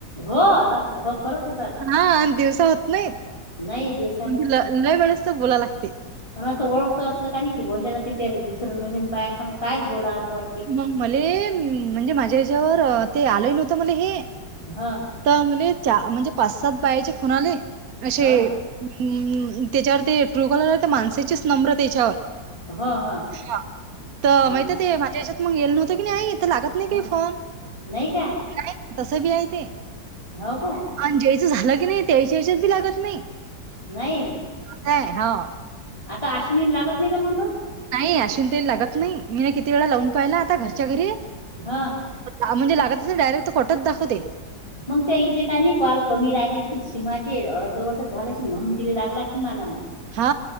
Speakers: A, on the left (about 15°); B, on the right (about 60°).
A: हो र हो खरच ह
B: हा आणि दिवसा होत नाहीत..
A: नाही दिवस
B: म्हणजे ल ल वेळेस तरचं बोलाय लागते.
A: पण असं ओळखतो असलं का नाही की, बोलल्या जाते बिचारे दुसरं नवीन बाया समोर कायच बोला असं वाटते
B: मग मले म्हणजे माझ्या हेच्यावर ते आलंय नव्हतं मले हे
A: हा
B: तर म्हले चा म्हणजे पाच सात बायाचे फोन आले अशे
A: हो ना
B: हम् त्याच्यावर ते ट्रू कॉलर होत ते माणसाचेच नम्र त्याच्यावर.
A: हो हो
B: हा तर
A: हो
B: माहित ते भा तेजच्यात मग येल नव्हतं की आई नाहीथ लागत नाही
A: हो
B: काही फोन
A: नाही का
B: नाही तस बी हाय ते
A: हो काय?
B: आणि ज्यायचं झालं की नाही त्यायच्या याच्याच बी लागत नाही.
A: नाही
B: काय हो
A: आता आश्विनीला लागत नाही का मगतो.
B: नाही अश्विनी तईल लागत नाही, मी नाही किती वेळा लावून पाहिला आता घरच्या घरी.
A: हा
B: अ म्हणजे लागत असेल डायरेक्ट तर कटत दाखवते.
A: मग त्या इेचेंने कॉल कमी राहिलेसतील, सीमाचे दवटच झाला म्हणून तिला लागलाश मला मग.
B: हा